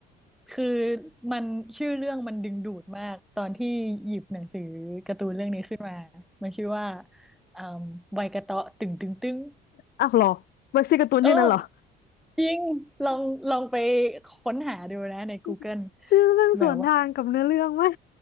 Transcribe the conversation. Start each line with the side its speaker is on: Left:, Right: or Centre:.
Centre: คือมันชื่อเรื่องมันดึงดูดมากตอนที่หยิบหนังสือการ์ตูนเรื่องนี้ขึ้นมามันชื่อว่าเอ่อใบกระเตาะตึงตึงตึง
Left: อ้าวเหรอมันชื่อการ์ตูนชื่อนั้นเหรอ
Centre: เออจริงลองลองไปค้นหาดูนะใน
Left: <laughs>
Centre: Google
Left: ชื่อเรื่องสวนทางกับเนื้อเรื่องไหม
Centre: แบบว่า